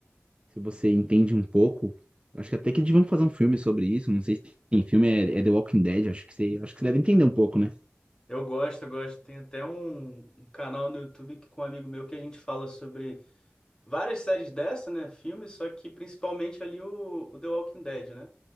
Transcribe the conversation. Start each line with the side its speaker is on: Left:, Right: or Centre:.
Right: se você entende um pouco. Acho que até que deviam fazer um filme sobre isso, não sei se tem filme, é, é The Walking Dead, acho que você, acho que você deve entender um pouco, né?
Left: Eu gosto, eu gosto. Tem até um, um canal no YouTube que, com um amigo meu que a gente fala sobre várias séries dessa, né? Filmes, só que principalmente ali o, o The Walking Dead, né?